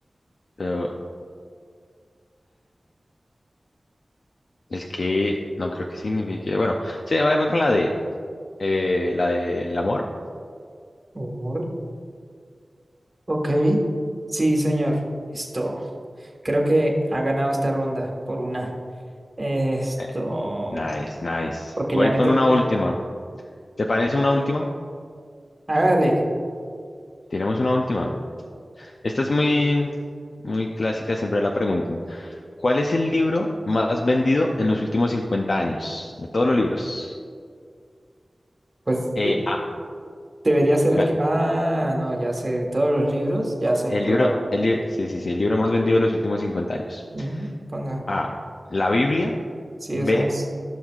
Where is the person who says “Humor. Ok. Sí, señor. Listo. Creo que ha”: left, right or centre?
Right